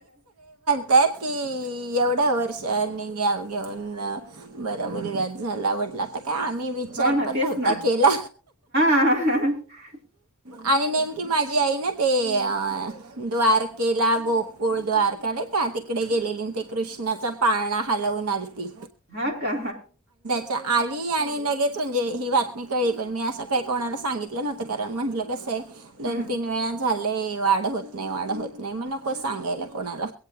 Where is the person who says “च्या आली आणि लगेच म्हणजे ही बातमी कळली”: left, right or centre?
Right